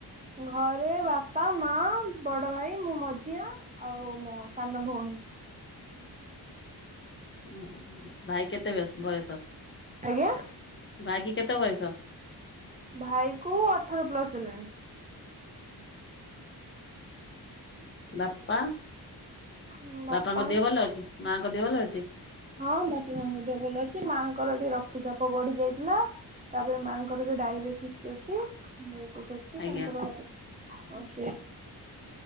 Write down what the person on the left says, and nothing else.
ଓ ଭାଇ କେତେ ବୟସ
ଭାଇ କି କେତେ ବୟସ?
ବାପା
ବାପାଙ୍କ ଦେହ ଭଲ ଅଛି ମାଙ୍କ ଦେହେ ଭଲ ଅଛି?
ଆଜ୍ଞା।